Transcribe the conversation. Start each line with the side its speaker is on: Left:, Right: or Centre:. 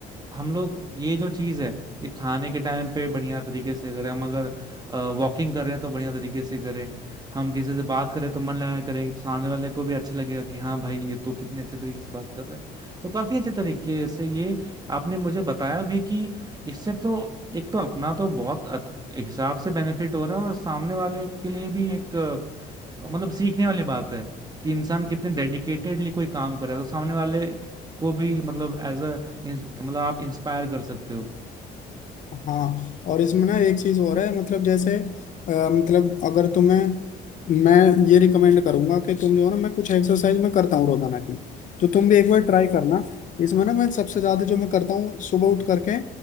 Right: हम लोग ये जो चीज़ है ये खाने के टाइम पे बढ़िया तरीके से करें हम अगर वॉकिंग कर रहे हैं तो बढ़िया तरीके से करें हम किसी से बात करें तो मन लगा करें तो सामने वाले को भी अच्छा लगेगा कि हाँ भाई ये तो कितने अच्छे तरीके से बात कर रहे हैं तो काफी अच्छे तरीके से ये आपने मुझे बताया भी कि इससे तो एक तो अपना तो बहुत अत- हिसाब से बेनिफिट हो रहा है और सामने वाले के लिए भी एक अ, मतलब सीखने वाली बात है कि इंसान कितने डेडिकेटेडली कोई काम करे तो सामने वाले को भी मतलब एज अ मतलब आप इंस्पायर कर सकते हो
Left: हाँ और इसमें ना एक चीज और है मतलब जैसे अ, मतलब अगर तुम्हें मैं ये रिकमेंड करूंगा कि तुम जो है ना मैं कुछ एक्सरसाइज मैं करता हूँ रोजाना की तो तुम भी एक बार ट्राई करना इसमें ना मैं सबसे ज्यादा जो मैं करता हूँ सुबह उठ करके